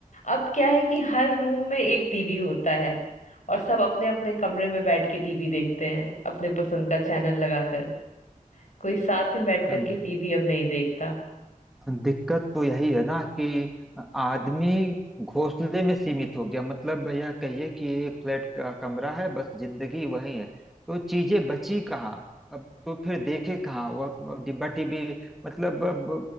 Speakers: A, on the left; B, in the centre.
A: अब क्या है कि हर रूम में एक टीवी होता है और सब अपने अपने कमरे में बैठ के टीवी देखते हैं अपने पसंद का चैनल लगाकर कोई साथ में बैठ करके
B: हाँ
A: टीवी अब नहीं देखता
B: दिक्कत तो यही है ना कि आदमी घोंसले में सीमित हो गया मतलब यह कहिए कि एक फ्लैट का कमरा है बस जिंदगी वही है तो चीजें बची कहाँ अब तो फिर देखे कहाँ वह डिब्बा टिब्बी मतलब अब